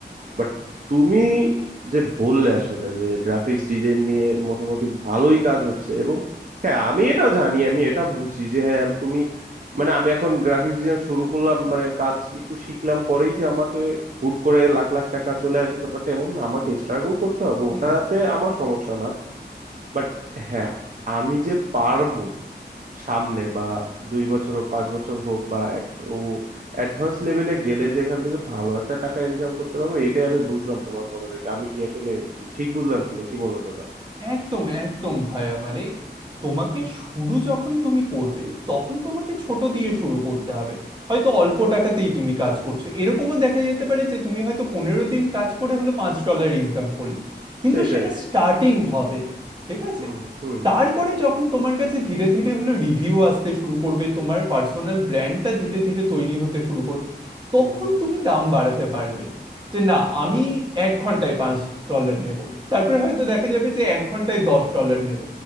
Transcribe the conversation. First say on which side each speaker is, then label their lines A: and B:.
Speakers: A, on the right; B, on the right.
A: বাট তুমি যে বললে আসলে যে গ্রাফিক্স ডিজাইন নিয়ে মোটামুটি ভালোই কাজ হচ্ছে এবং হ্যাঁ আমি এটা জানি আমি এটা বুঝি যে হ্যাঁ তুমি মানে আমি এখন গ্রাফিক্স ডিজাইন শুরু করলাম মানে কাজ একটু শিখলাম পরেই যে আমাকে হুট করে লাখ লাখ টাকা চলে আসবে ব্যাপারটা এমন না আমাকে স্ট্রাগল করতে হবে
B: হুম
A: ওটাতে আমার সমস্যা না বাট হ্যাঁ আমি যে পারবো সামনে বা দুই বছর হোক পাঁচ বছর হোক বা এক ও অ্যাডভান্স লেভেলে গেলে যে এখান থেকে ভালো একটা টাকা ইনকাম করতে পারবো এটাই আমি বুঝলাম তোমার কথা থেকে আমি কি আসলে ঠিক বুঝলাম কিনা কি বলো দাদা
B: একদম একদম ভাইয়া মানে তোমাকে শুরু যখন তুমি করবে তখন তোমাকে ছোট দিয়ে শুরু করতে হবে হয়তো অল্প টাকাতেই তুমি কাজ করছো এরকমও দেখা যেতে পারে যে তুমি হয়তো পনেরো দিন কাজ করে হলো পাঁচ ডলার ইনকাম করলে কিন্তু
A: সেটাই
B: সেটা স্টার্টিং হবে ঠিক আছে
A: হুম হুম
B: তারপরে যখন তোমার কাছে ধীরে ধীরে হলো রিভিউ আসতে শুরু করবে তোমার পার্সোনাল ব্র্যান্ডটা ধীরে ধীরে তৈরি হতে শুরু করবে তখন
A: হুম হুম হুম।
B: তুমি দাম বাড়াতে পারবে যে না আমি এক ঘন্টায় পাঁচ ডলার নেব তারপরে হয়তো দেখা যাবে যে এক ঘন্টায় দশ ডলার নেব